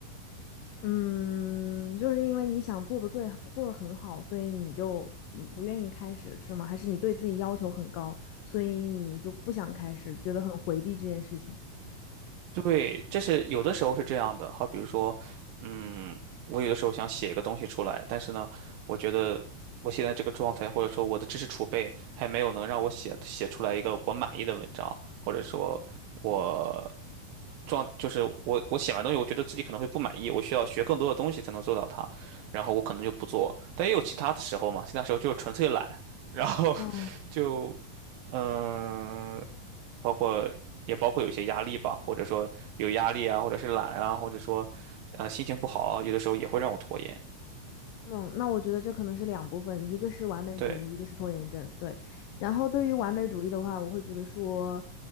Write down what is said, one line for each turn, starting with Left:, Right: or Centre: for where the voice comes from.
Left: 嗯，就是因为你想做的最好，做的很好，所以你就嗯不愿意开始，是吗？还是你对自己要求很高，所以你就不想开始，觉得很回避这件事情？
Right: 对，这是有的时候是这样的。好，比如说，嗯，我有的时候想写一个东西出来，但是呢，我觉得我现在这个状态，或者说我的知识储备，还没有能让我写写出来一个我满意的文章，或者说我状就是我我写完东西，我觉得自己可能会不满意，我需要学更多的东西才能做到它，然后我可能就不做。但也有其他的时候嘛，其他时候就是纯粹懒，然后
Left: 哦，
Right: <laughs> 就嗯。包括也包括有些压力吧，或者说有压力啊，或者是懒啊，或者说呃心情不好啊，有的时候也会让我拖延。
Left: 嗯，那我觉得这可能是两部分，一个是完美主义，
Right: 对，
Left: 一个是拖延症。对，然后对于完美主义的话，我会觉得说，